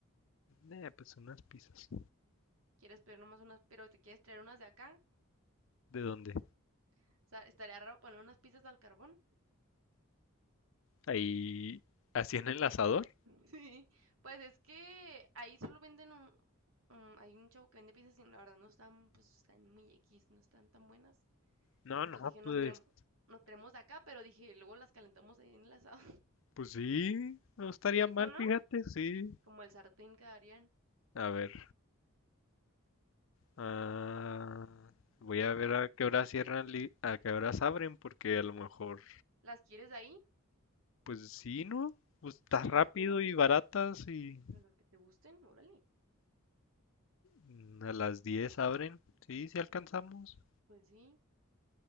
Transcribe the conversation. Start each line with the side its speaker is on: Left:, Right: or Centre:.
Left: Eh, pues unas pizzas.
Right: quieres pedir nomás unas, pero te quieres traer unas de acá.
Left: ¿De dónde?
Right: O sea, estaría raro poner unas pizzas al carbón.
Left: Ahí, así en el asador.
Right: Sí, pues es que ahí solo venden un, un- hay un chavo que vende piezas y la verdad no están, pues están muy X, no están tan buenas.
Left: No,
Right: Entonces
Left: no,
Right: dije, nos
Left: pues.
Right: traemos, nos traemos de acá, pero dije, luego las calentamos ahí en el asado. <laughs>
Left: Pues sí, no estaría
Right: Qué rico,
Left: mal,
Right: ¿no?
Left: fíjate, sí.
Right: Como el sartén quedarían.
Left: A ver, ah, voy a ver
Right: Pues,
Left: a qué hora cierran, li- a qué horas abren, porque a lo mejor,
Right: ¿las quieres ahí?
Left: pues sí, ¿no? Pues está
Right: Pues donde
Left: rápido
Right: quieras,
Left: y baratas y
Right: en las que te gusten, órale.
Left: mm, a las 10 abren, sí, sí alcanzamos.
Right: Pues sí,